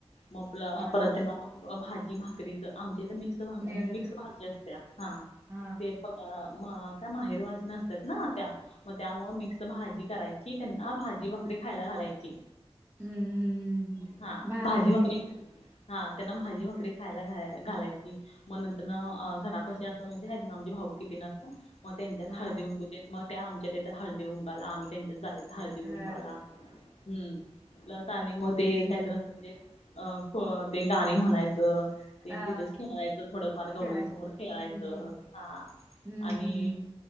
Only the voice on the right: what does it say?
हा
नैवेद
हा
हम्म हम्म
भारी
आहे की
हम्म
हा
हा
हम्म
हा
खेळायचं
हम्म
हम्म
हम्म
हम्म हम्म